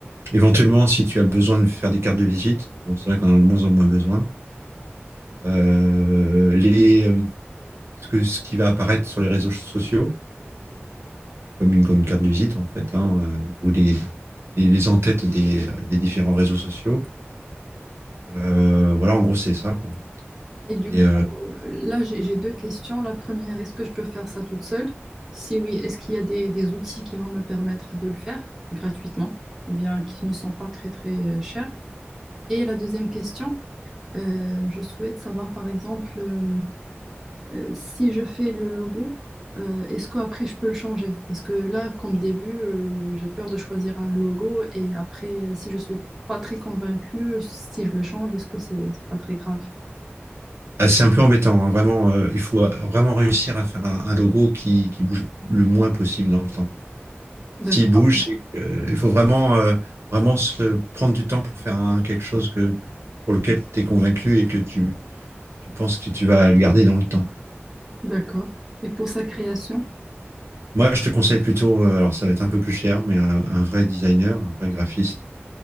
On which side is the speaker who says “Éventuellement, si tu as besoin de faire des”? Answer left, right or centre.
Right